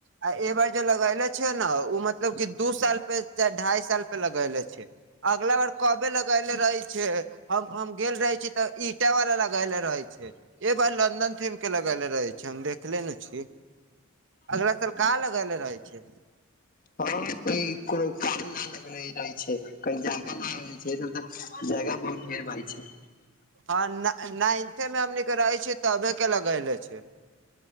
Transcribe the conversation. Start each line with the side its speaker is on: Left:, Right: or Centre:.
Right: आ ए बार जे लगैले छै न उ मतलब कि दू साल पे चाहे ढाय साल पे लगैले छै। अगला बार कबे लगैले रहै छै हम हम गेल रहै छी तऽ ईंटा वाला लग लगैले रहै छै ए बार लन्दन थीम के लगैले रहै छै हम देखले न छी। अगला साल कहाँ लगेले रहै छियै
Left: हँ क कोनो <unintelligible> काम न लगले रहे छै कही जागा न हो छै सब तऽ जगह <unintelligible> बहुत ढेर भइ छै
Right: हँ नाइन्थे मे हमनीक केे रहे छीयै तबे के लगैले छै